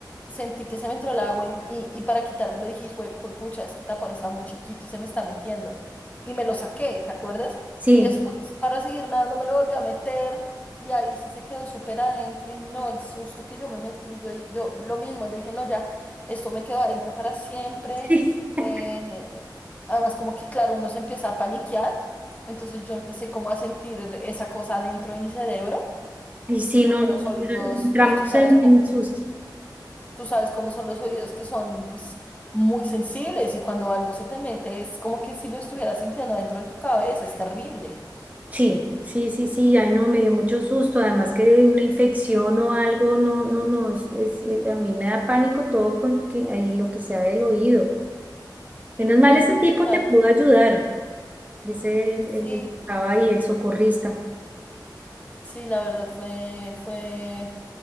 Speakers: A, on the left; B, on the right.
A: sentí que se me entró el agua y, y- y para quitármelo dije, hijo pucha, este tapón está muy chiquito y se me está metiendo. Y me lo saqué, ¿te acuerdas?
B: sí,
A: Y después, para seguir nadando, me lo volví a meter y ahí sí se quedó súper adentro y no, el susto que yo me metí, yo, di- yo lo mismo, yo dije, no, ya, esto me quedó adentro para siempre.
B: <laughs>
A: eh, además, como que, claro, uno se empieza a paniquear. Entonces yo empecé como a sentir esa cosa dentro de mi cerebro,
B: y sí,
A: porque
B: no, no,
A: los oídos,
B: entramos
A: pues tú sabes,
B: en,
A: cómo-
B: en susto.
A: tú sabes cómo son los oídos, que son pues muy sensibles y cuando algo se te mete es como que si lo estuvieras sintiendo dentro de tu cabeza, es terrible.
B: Sí, sí, sí, sí, ay, no, me dio mucho susto, además que de una infección o algo, no, no, no, es, es- eh, a mí me da pánico todo con que ahí lo que sea del oído. Menos mal
A: Sí,
B: ese tipo
A: total.
B: te pudo ayudar, dice el,
A: Sí,
B: el, el que estaba ahí, el socorrista.
A: sí, la verdad fue, fue,